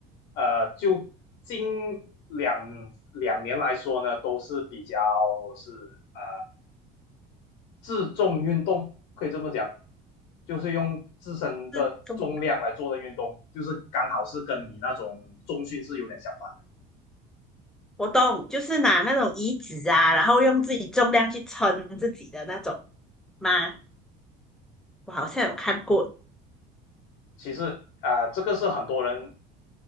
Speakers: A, on the left; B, in the centre.
A: 呃，就近两两年来说呢，都是比较是呃自重运动，可以这么讲，就是用自身的重量来做的运动，
B: 是重，
A: 就是刚好是跟你那种重训是有点相反的。
B: 活动，就是拿那种椅子啊，然后用自己重量去撑自己的那种吗？我好像有看过，
A: 其实啊、呃这个是很多人